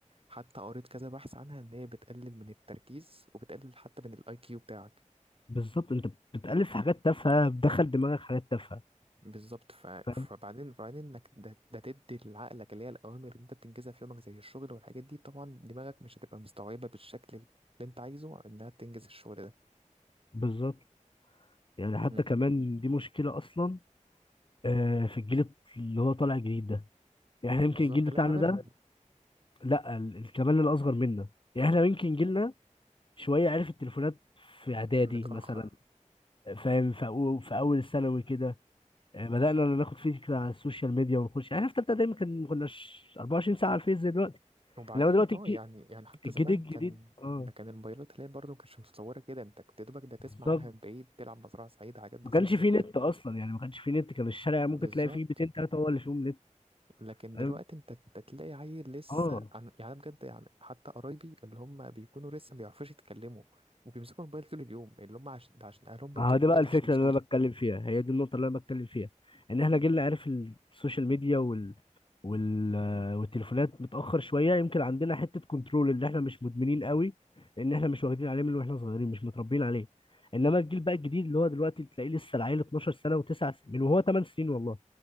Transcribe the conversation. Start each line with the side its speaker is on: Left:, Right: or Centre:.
Right: حتى قريت كذا بحث عنها ان هي بتقلل من التركيز وبتقلل حتى من الاي كيو بتاعك
Left: بالظبط انت بتألف في حاجات تافهه بتدخل دماغك حاجات تافهه
Right: بالظبط ف...
Left: فاهم
Right: فبعدين فبعدين انك ده, ده تدي لعقلك اللي هي الاوامر اللي انت بتنجزها في يومك زي الشغل والحاجات دي طبعا دماغك مش هتبقى مستوعبه بالشكل اللي انت عايزه انها تنجز الشغل ده
Left: بالظبط يعني حتى
Right: مم.
Left: كمان دي مشكله اصلا آه، في الجيل اللي هو طالع جديد ده، يعني يمكن
Right: بالظبط
Left: الجيل
Right: اللي
Left: بتاعنا
Right: احنا منهم
Left: ده لا ال- ال- كمان الاصغر منا يعني احنا يمكن جيلنا شويه عرف التليفونات في اعدادي
Right: متاخر
Left: مثلا فاهم في أو- في اول ثانوي كده يعني بدانا ناخد فكره عن السوشيال ميديا ونخش يعني احنا في ثالثه دايما كان ما كناش 24 ساعه على الفيس زي دلوقتي
Right: وبعدين
Left: انما دلوقتي
Right: اه
Left: الجي-
Right: يعني يعني حتى
Left: الجيل
Right: زمان
Left: الجديد
Right: كان
Left: اه
Right: ده كان الموبايلات اللي هي برضه مكانتش متطوره كده انت كنت يا دوبك ده تسمع
Left: بالظبط
Right: عنها من بعيد تلعب مزرعه سعيده حاجات بسيطه
Left: ما كانش
Right: زي
Left: فيه
Right: كده
Left: نت اصلا يعني ما كانش فيه نت كان الشارع
Right: بالظبط
Left: ممكن تلاقي فيه بيتين ثلاثه هو اللي فيهم نت
Right: لكن دلوقتي
Left: فاهم
Right: انت انت تلاقي عيل لسه
Left: اه
Right: عن... يعني أنا بجد يعني حتى قرايبي اللي هم بيكونوا لسه ما بيعرفوش يتكلموا وبيمسكوا الموبايل طول اليوم اللي هم عشان ده عشان اهلهم بيدوهم
Left: ما هو دي
Right: موبايلات
Left: بقى الفكرة
Right: عشان يسكتوا
Left: اللي أنا بتكلم فيها هي دي النقطة اللي أنا بتكلم فيها إن إحنا جيلنا عارف السوشيال ميديا وال... وال... والتليفونات متأخر شوية يمكن عندنا حتة كنترول اللي إحنا مش مدمنين قوي لأن إحنا مش واخدين عليه من وإحنا صغيرين مش متربيين عليه إنما الجيل بقى الجديد اللي هو دلوقتي تلاقيه لسه العيل 12 سنة و9 سنين من وهو 8 سنين والله